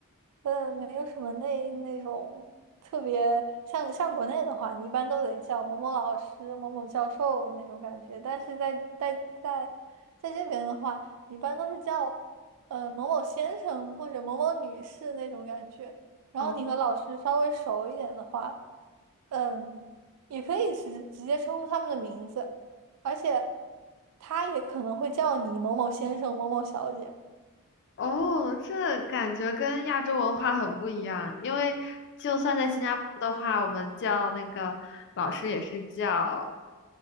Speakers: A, on the right; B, on the left.
A: 呃，没有什么那那种特别像像国内的话，你一般都得叫某某老师、某某教授那种感觉。但是在在在在这边的话，一般都是叫呃某某先生或者某某女士那种感觉。然后你和老师稍微熟一点的话，
B: 哦
A: 嗯，也可以直直接称呼他们的名字。而且他也可能会叫你某某先生、某某小姐。
B: 哦，这感觉跟亚洲文化很不一样，因为就算在新加坡的话，
A: 嗯
B: 我们叫那个老师也是叫